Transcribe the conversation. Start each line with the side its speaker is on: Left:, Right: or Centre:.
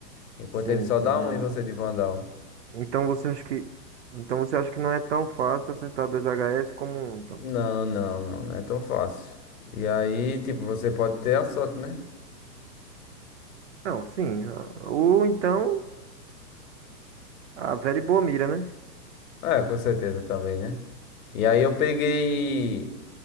Left: Enquanto
Right: sim,
Left: ele só
Right: sim.
Left: dá um
Right: é.
Left: e você de Vandal.
Right: Então você acha que, então você acha que não é tão fácil acertar dois H S como um, então?
Left: Não, não, não, não é tão fácil. E aí, tipo, você pode ter a sorte, né?
Right: Não, sim. a- Ou então a velha e boa mira, né?
Left: É, com certeza também, né? E aí eu peguei,